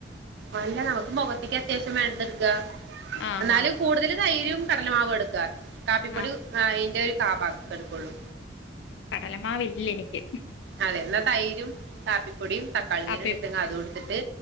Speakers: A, on the right; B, on the left.
A: അല്ല നമുക്ക് മുഖത്തേക്ക് അത്യാവശ്യം വേണ്ടതെടുക്ക
B: ആഹ്
A: എന്നാലും
B: ആഹ്
A: കൂടുതല് തൈരും കടലമാവും എട്കാ കാപ്പിപ്പൊടിം
B: ആഹ്
A: ആ അയിന്റൊര് ആ പട്ട്ക്കെട്ക്കൊള്ളൂ
B: കടലമാവില്ലെനിക് ഉം
A: അതെ എന്നാ തൈരും കാപ്പി പൊടിം തക്കാളിനീരുണ്ടെങ്കി
B: അപ്പ
A: അതെട്ത്ട്ട്